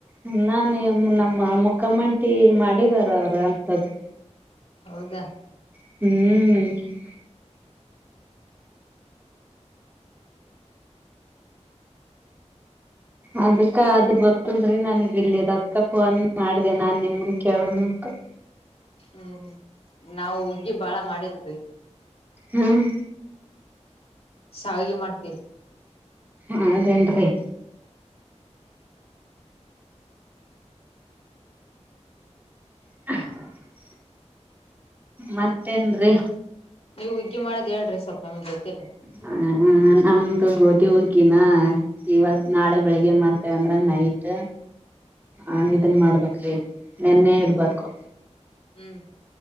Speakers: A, on the right; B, on the left.
A: ನಮ್ ನಾನಿ ನಮ್ಮ ಮುಖಮಂಟಿ ಮಾಡಿದಾರ ಅವ್ರು ಅಂತದು.
B: ಹೌದಾ.
A: ಹ್ಮ್. ಅದಕ್ಕ ಅದ್ ಗೊತ್ತಲ್ರಿ ನನಿಗ್ ಇಲ್ ಇರದ್ಕ ಫೋನ್ ಮಾಡ್ದೆ ನಾನ್ ನಿಮನ್ ಕೇಳಣ ಅಂತ.
B: ಹ್ಮ್ ಹ್ಮ್ ನಾವ್ ಹುಗ್ಗಿ ಬಾಳ ಮಾಡಿಲ್ರೀ.
A: ಹ್ಮ್.
B: ಶಾವಿಗೆ ಮಾಡ್ತೀವಿ
A: ಹೌದೇನ್ರಿ. <inaudible> ಮತ್ತೇನ್ರಿ.
B: ನೀವು ಹಗ್ಗಿ ಮಾಡದ್ ಹೇಳ್ರಿ ಸ್ವಲ್ಪ್ ನಮಿಗ್ ಗೊತ್ತಿಲ್ಲ.
A: ಹಾ ನಮ್ದು ಗೋದಿ ಹಗ್ಗಿನ ಇವತ್ ನಾಳೆ
B: ಹ್ಮ್
A: ಬೆಳೆಗೆ ಮಡ್ ತೆವಂದ್ರ ನೈಟು ಆ ಇದನ್ ಮಾಡ್ಬೇಕ್ರೀ ನೆನೆ ಇಡ್ಬಕು.
B: ಹ್ಮ್.